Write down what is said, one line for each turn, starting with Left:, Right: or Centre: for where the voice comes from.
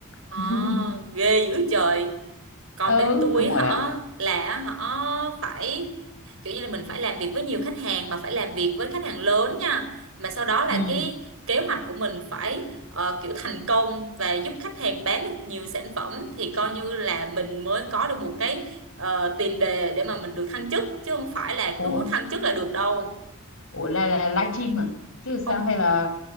Right: ờ
Left: <laughs>
Right: ghê dữ trời. Còn
Left: ừ
Right: bên tôi
Left: đúng rồi
Right: họ
Left: đó
Right: là họ phải kiểu như là mình phải làm việc với nhiều khách hàng mà phải làm việc với khách hàng lớn nha. Mà sau đó là
Left: ừ
Right: cái kế hoạch của mình phải ờ, kiểu thành công và giúp khách hàng bán được nhiều sản phẩm thì coi như là mình mới có được một cái ờ, tiền đề để mà mình được thăng chức chứ không phải là
Left: ủa
Right: cứ muốn thăng chức là được đâu.
Left: ủa là là livestream à chứ sao
Right: Không
Left: hay là